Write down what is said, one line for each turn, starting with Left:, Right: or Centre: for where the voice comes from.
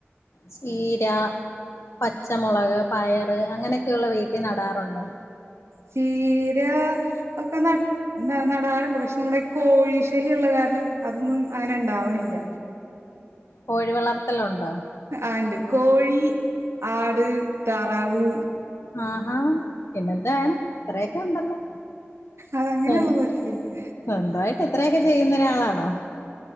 Left: ചീര പച്ചമുളക് പയറ് അങ്ങനെയൊക്കെയ ഉള്ള വീട്ടിൽ നടാറുണ്ടോ?
Right: ചീര ഒക്കെ നട്ട് എന്താ നടാറുണ്ട്. പക്ഷെ നമ്മുടെ ഈ കോഴി ശല്യ ഉുള്ള കാരണം അതൊന്നും അങ്ങനെ ഉണ്ടാവണില്ല.
Left: കോഴിവളർത്തലുണ്ടോ?
Right: ആണ്ട് കോഴി ആട് തറാവ്
Left: ആഹാ പിന്നെന്തായാണ് ഇത്രയൊക്കെ ഉണ്ടല്ലോ?
Right: അതങ്ങനെയുള്ളതൊക്കെയുണ്ട്
Left: സ്വന്തമായിട്ട് എത്രയൊക്കെ ചെയ്യുന്ന ഒരാളാണോ?